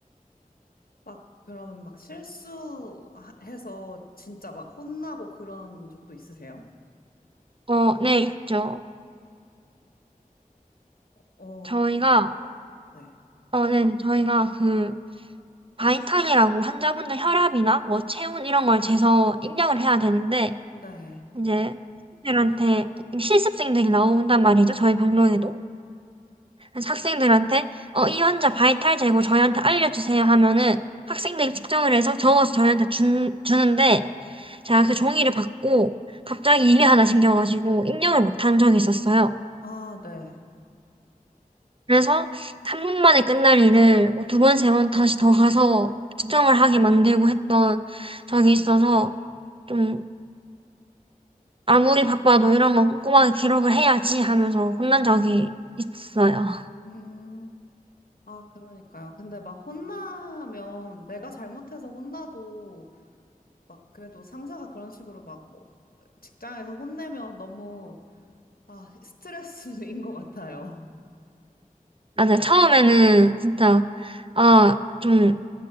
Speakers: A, on the left; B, on the right.
A: 막, 그러면 막 실수해서 진짜 막 혼나고 그런 적도 있으세요?
B: 어, 네, 있죠.
A: 어,
B: 저희가,
A: 네.
B: 어, 네, 네, 저희가 그, 바이탈이라고 환자분들 혈압이나 뭐 체온 이런 걸 재서 입력을 해야 되는데,
A: 네.
B: 이제, 들한테 실습생들이 나온단 말이죠. 저희 병동에도. 그래서 학생들한테 어, 이 환자 바이탈 재고 저희한테 알려주세요 하면은 학생들이 측정을 해서 적어서 저희한테 준, 주는데 제가 그 종이를 받고 갑자기 일이 하나 생겨가지고 입력을 못한 적이 있었어요.
A: 아, 네.
B: 그래서 한분 만에 끝날 일을 뭐 두 번, 세 번 다시 더 가서 측정을 하게 만들고 했던 적이 있어서 좀 아무리 바빠도 이런 거 꼼꼼하게 기록을 해야지 하면서 혼난 적이 있어요.
A: 음. 아, 그러니까요. 근데 막 혼나면 내가 잘못해서 혼나도 막 그래도 상사가 그런 식으로 막 뭐 직장에서 혼내면 너무 아, 스트레스인 것 같아요.
B: 맞아요. 처음에는 진짜 아, 좀